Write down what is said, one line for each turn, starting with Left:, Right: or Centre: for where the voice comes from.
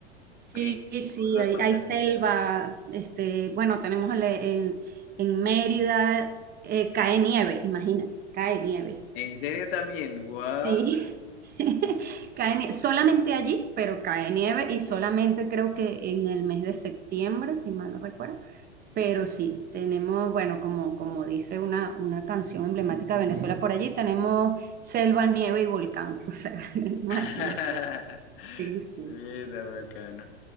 Right: Sí,
Left: eh,
Right: sí,
Left: todos los
Right: hay,
Left: paisajes
Right: hay selva,
Left: allá.
Right: este, bueno, tenemos el- en, en Mérida, eh, cae nieve, imagínate, cae nieve.
Left: ¿En serio también? Wow.
Right: Sí, <laughs> cae nie- solamente allí, pero cae nieve y solamente creo que en el mes de septiembre, si mal no recuerdo. Pero sí, tenemos, bueno, como, como dice una, una canción emblemática de Venezuela por allí, tenemos selva, nieve y volcán. <laughs> O sea, tenemos
Left: <laughs>
Right: aquí de todo. Sí, sí,
Left: Está bacano.